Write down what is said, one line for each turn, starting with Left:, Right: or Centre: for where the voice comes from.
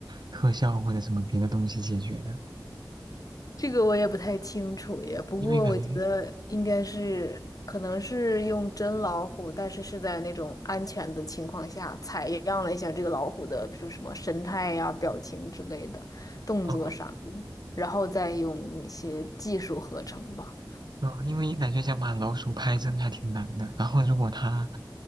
Right: 特效或者什么别的东西解决的？
Left: 这个我也不太清楚耶，不过我觉得应该是，
Right: 因为感觉，
Left: 可能是用真老虎，但是是在那种安全的情况下采样了一下这个老虎的，比如什么神态呀、表情之类的，动作啥的，
Right: 哦，
Left: 然后再用那些技术合成吧。
Right: 啊，因为感觉想把老鼠拍真还挺难的。然后如果他